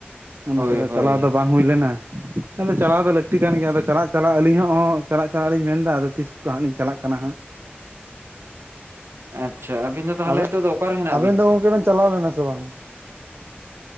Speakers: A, on the right; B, on the right.
A: ᱚᱱᱟᱛᱮ
B: ᱦᱳᱭ ᱦᱳᱭ
A: ᱪᱟᱞᱟᱣ ᱫᱚ ᱵᱟᱝ ᱦᱩᱭ ᱞᱮᱱᱟ ᱟᱫᱚ ᱪᱟᱞᱟᱣ ᱫᱚ ᱞᱟᱹᱛᱤ ᱠᱟᱱ
B: ᱟᱪᱪᱷᱟ
A: ᱜᱮᱭᱟ ᱟᱫᱚ ᱪᱟᱞᱟᱜ ᱟᱹᱞᱤᱧ ᱦᱚᱸ ᱪᱟᱞᱟᱜ ᱪᱟᱞᱟᱜ ᱞᱤᱧ ᱢᱮᱱ ᱮᱫᱟ ᱟᱫᱚ ᱛᱤᱥ ᱠᱚᱛᱮ ᱦᱟᱸᱜ ᱞᱤᱧ ᱪᱟᱞᱟᱜ ᱠᱟᱱᱟ ᱦᱟᱸᱜ
B: ᱟᱪᱪᱷᱟ ᱟᱹᱵᱤᱱ ᱫᱚ ᱛᱟᱦᱞᱮ
A: ᱟᱵᱮ
B: ᱦᱤᱛᱳᱜ ᱫᱚ ᱚᱠᱟᱨᱮ ᱦᱮᱱᱟᱜ
A: ᱟᱵᱮᱱ
B: ᱵᱤᱱ
A: ᱫᱚ
B: ᱛᱮ
A: ᱜᱚᱝᱠᱮ ᱵᱮᱱ ᱪᱟᱞᱟᱣ ᱞᱮᱱᱟ ᱥᱮ ᱵᱟᱝ